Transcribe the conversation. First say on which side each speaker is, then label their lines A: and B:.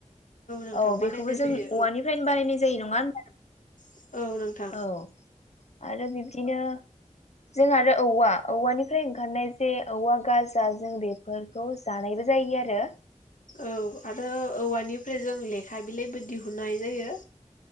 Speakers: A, on the left; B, on the left.
A: नोंथां
B: औ बेखौबो
A: बानायनाय
B: जों
A: जायो
B: औवानिफ्रायनो बानायनाय जायो नङा होनबा?
A: औ औ नोंथां
B: औ आरो बिब्दिनो जों आरो औवा औवानिफ्राय ओंखारनाय जे औवा गाजा जों बेफोरखौ जानायबो जायो आरो।
A: औ आरो औवानिफ्राय जों लेखा बिलाइबो दिहुननाय जायो।